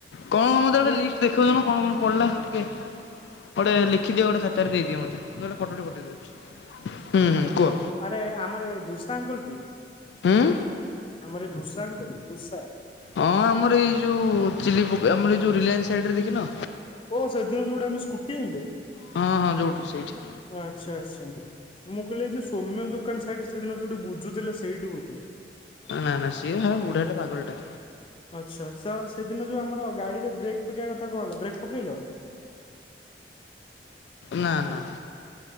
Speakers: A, on the left; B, on the left.
A: କଣ ମତେ ଗୋଟେ
B: ଇଏ
A: ଲିଷ୍ଟ ଦେଖେଇ ଦଉନୁ କଣ କଣ <unintelligible> ପଡେ ଲିଖ ଦିଅ ଗୋଟେ ଖାତାରେ ଦେଇଦିଅ ମୋତେ ଗଟେ ଫଟୋ ଟେ ପଟେଇଦଉଛି ହୁଁ ହୁ କୁହ
B: ଆରେ ଆମର ଏ ଧୁସା ଅଙ୍କଲ କି?
A: ହୁଁ
B: ଆମର ଧୁସା ଅଙ୍କଲ ଧୁସା
A: ହଁ ଆମର ଏଇ ଯୋଉ ଚିଲି ଆମର ଏଇ ଯୋଉ ରିଲାନ୍ସ ସାଇଡରେ ଦେଖିିନ
B: ଓ ସଦିନ ଯୋଉଠି ଆମେ ସ୍କୁଟି ଆଣିଲେ
A: ହଁ ହଁ ଯୋଉଠୁ ସେଇଠି
B: ଆଚ୍ଛା ଆଚ୍ଛା। ମୁଁ କହିଲି ଏ ଯୋଉ ସୌମ୍ୟ ଦୋକାନ ସାଇଟ ସେଦିନ ଯୋଉଠି ବୁଝୁଥିଲେ ସେଇଠି ବୋଧେ।
A: ନା ନା ସିଏ ହ ବୁଢାଟା ପାାଗଲଟା।
B: ଆଚ୍ଛା ସାର୍ ସେଦିନ ଯୋଉ ଆମର ଗାଡିରେ ବ୍ରେକ୍ ପକେଇବା କଥା କହ ହେଲା ବ୍ରେକ୍ ପକଇଲ।
A: ନା ନା